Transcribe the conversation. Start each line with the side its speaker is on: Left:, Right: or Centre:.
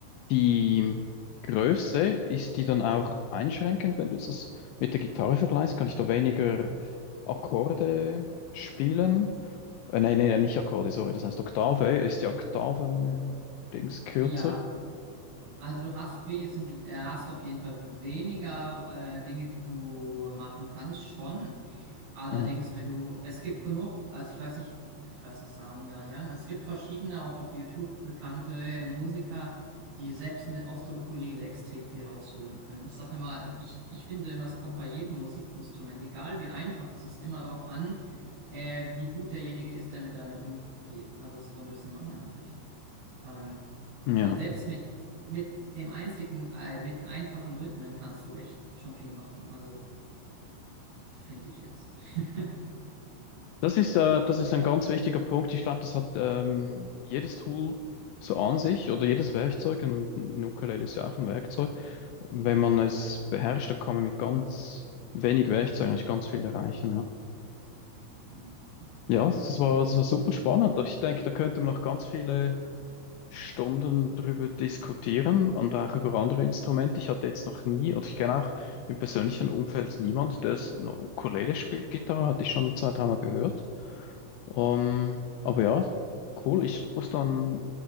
Left: die Größe, ist die dann auch einschränkend, wenn du jetzt das mit der Gitarre vergleichst? Kann ich da weniger Akkorde spielen? Äh, nein, nein, nein, nicht Akkorde, sorry. Das heißt Oktave. Ist die Oktaven-Dings
Right: Hm.
Left: kürzer?
Right: Ja, Also du hast wesentlich, äh, hast auf jeden Fall weniger äh, Dinge, die du machen kannst, schon. Allerdings,
Left: Mhm.
Right: wenn du, es gibt genug, also ich weiß nicht, ich weiß es sagen gar nicht, es gibt verschiedene, auch auf YouTube bekannte Musiker, die selbst mit aus der Ukulele extrem viel rausholen können. Ich sage immer, ich, ich finde immer, es kommt bei jedem Musikinstrument, egal wie einfach, es ist immer darauf an, äh, wie gut derjenige ist, der mit damit umgeht. Also das ist so ein bisschen meine Ansicht. Ähm,
Left: Ja.
Right: weil selbst mit, mit dem einzigen, äh, mit einfachen Rhythmen kannst du echt schon viel machen. Also finde ich jetzt. <laughs>
Left: Das ist, äh, das ist
Right: Ja.
Left: ein ganz wichtiger Punkt. Ich glaube, das hat ähm, jedes Tool so an sich oder
Right: Mhm.
Left: jedes Werkzeug. Und ein Ukulele ist ja auch ein Werkzeug. Wenn man es beherrscht, dann kann man mit ganz wenig Werkzeug eigentlich ganz viel erreichen. Ja,
Right: Mhm. Auf jeden
Left: ja
Right: Fall.
Left: das war, das war super spannend. Ich denke, da könnte man noch ganz viele. Stunden drüber diskutieren und auch über andere Instrumente. Ich hatte jetzt noch nie, und ich kenne auch im persönlichen Umfeld niemand, der es noch Ukulele spielt. Gitarre hatte ich schon zwei, dreimal gehört. Ähm, aber ja, cool. Ich muss dann
Right: Ja.